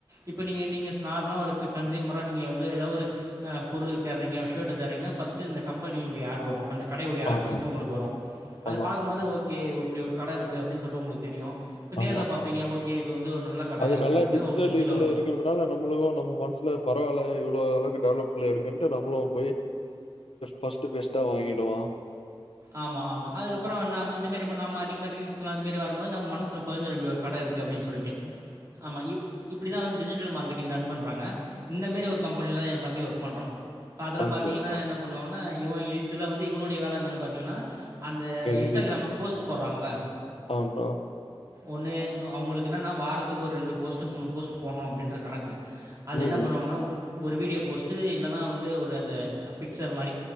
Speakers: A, on the right; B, on the left.
A: இப்போ நீங்க நீங்க நார்மலா ஒரு கன்ஸ்யூமரா நீங்க வந்து எதாவது ஒரு அ பொருளுக்கு தேட்றீங்க ஷர்ட் தேட்றீங்கன்னா ஃபஸ்டு இந்த கம்பெனி ஓட ஆட் வரு அந்த கடையோடைய ஆடு
B: ஆமா,
A: ஃபஸ்ட்டு உங்களுக்கு வரு அத
B: ஆமா,
A: பாக்கும்போது ஓகே இப்டி ஒரு கடை இருக்கு அப்டின்னு சொல்லி உங்களுக்கு தெரியு இப்ப நேர்ல
B: ஆமாமா.
A: பாப்பீங்க ஓகே இது வந்து ஒரு நல்ல கடை
B: அது
A: அப்படின்ற
B: நல்லா டிஜிட்டல்
A: மாதிரி உங்களுக்கு ஃபீல்
B: இதுல
A: வரும்
B: இருக்கிறதுனால நம்மளுக்கு நம்ம மனசுல பரவால்ல இவ்ளோ அளவுக்கு டெவலப்ல இருக்குன்ட்டு நம்மளு போய் ஃபஸ்டு பெஸ்ட்டா வாங்கிடுவா
A: ஆமா ஆமா அதுக்கப்புற நம்ம இந்த மாரி நம்ம அதிகமா ரீல்ஸ்லா அதுமாரி வரும்போது நம்ம மனசுல பதிஞ்சுரு இப்டி ஒரு கடை இருக்கு அப்டின்னு சொல்லிட்டு ஆமா இப்டிதா வந்து டிஜிட்டல் மார்க்கெட்டிங் ரன் பண்ணறாங்க இந்த மாரி ஒரு கம்பனியிலதா என் தம்பி ஒர்க் பண்றான் இப்ப அதுல
B: ஓகே
A: பாத்தீங்கன்னா
B: ப்ரோ.
A: என்ன பண்ணுவாங்கன்னா இவன் இதுல வந்து இவனுடைய வேலை என்னன்னு பாத்தீங்கன்னா அந்த
B: எடிட்டிங்.
A: இன்ஸ்டாகிராம்ல போஸ்ட் போட்றாங்கல்ல
B: ஆ ப்ரோ
A: ஒண்ணு அவுங்களுக்கு என்னன்னா வாரத்துக்கு ஒரு ரெண்டு போஸ்ட் மூணு போஸ்ட் போடணு அப்டின்ற கணக்கு அது
B: ம்.
A: என்ன பண்ணுவாங்கன்னா ஒரு வீடியோ போஸ்ட்டு இல்லைனா வந்து ஒரு அந்த பிக்சர் மாரி